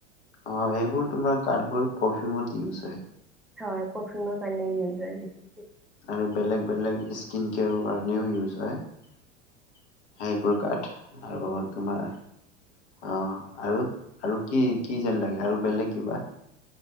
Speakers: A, on the left; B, in the centre.
A: অ সেইবোৰ তোমাৰ কাঠবোৰ পাৰফিউমত ইউজ হয়
B: হয় পৰফিমৰ কাৰণে ইউজ হয় বেছিকে
A: আৰু বেলেগ বেলেগ স্কিন কেয়াৰৰ কাৰণেও ইউজ হয়। সেইবোৰ কাঠ আৰু তোমাৰ অ আৰু আৰু কি কি যেন লাগে আৰু বেলেগ কিবা?